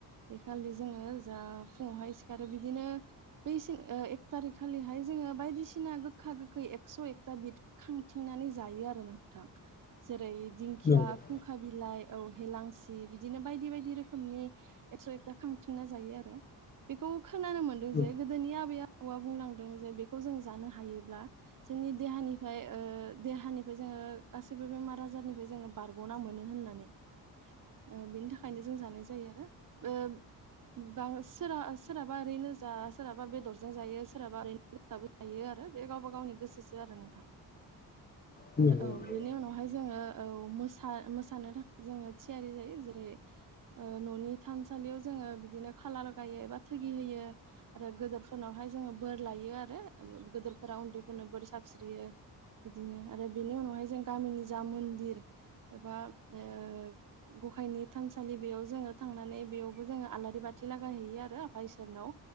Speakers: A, on the right; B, on the left.
A: बे खालि जोङो जा फुङावहाय सिखारो बिदिनो बै एक थारिख हिखालिहाय जोङो बायदिसिना गोखा-गोखै एकस' एकथा बिद खांथिंनानै जायो आरो नोंथां जेरै- दिंखिया,
B: नंगौ औ
A: खुंखा बिलाइ औ हेलांसि बिदिनो बायदि-बायदि रोखोमनि एकस' एकथा खांथिंना जायो आरो बेखौ खोनानो मोनदों
B: औ
A: जे गोदोनि आबै-आबौआव बुंलांदों जे बेखौ जों जानो हायोब्ला जोंनि देहानिफ्राय देहानिफ्राय जोङो गासैबो बेमार आजारनिफ्राय जोङो बारग'ना मोनो होननानै ओ बेनि थाखायनो जों जानाय जायो आरो ओब बा सोरा-सोरहाबा ओरैनो जा सोरहाबा बेदरजों जायो। सोरहाबा ओरैनो गोसाबो जायो आरो बे गावबा गावनि गोसोसो आरो नोंथां
B: नंगौ
A: आरो
B: नंगौ
A: औ
B: नंगौ नंगौ
A: बेनि उनावहाय जोङो। औ मोसानो थाखाय जोङो थियारि जायो जेरै- ओ न'नि थानसालियाव जोङो बिदिनो खालार गायो एबा थगि होयो आरो गेदेरफोरनावहाय जोङो बोर लायो आरो गेदेरफोरा उन्दैफोरनो बोर साबस्रियो। बिदिनो आरो बेनि उनावहाय जों गामिनि जा मन्दिर एबा ओ गखायनि थानसालि बेयाव जोङो थांनानै बेयावबो जोङो आलारि बाथ बाथि लागाय हैयै आरो आफा ईसोरनाव